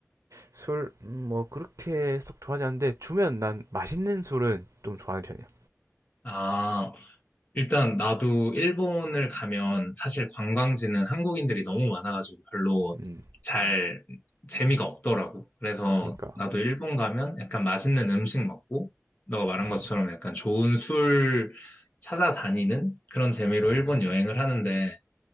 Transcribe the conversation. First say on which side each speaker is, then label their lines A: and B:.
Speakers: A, on the right (about 80°); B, on the left (about 35°).
A: 술 음, 뭐 그렇게 썩 좋아하지 않는데 주면 난 맛있는 술은 좀 좋아하는 편이야.
B: 아, 일단 나도 일본을 가면 사실 관광지는 한국인들이 너무 많아가지고 별로
A: 음,
B: 잘 재미가 없더라고. 그래서
A: 그러니까
B: 나도 일본 가면 약간 맛있는 음식 먹고, 너가 말한
A: 음,
B: 것처럼 약간 좋은 술 찾아다니는 그런 재미로
A: 어,
B: 일본 여행을 하는데,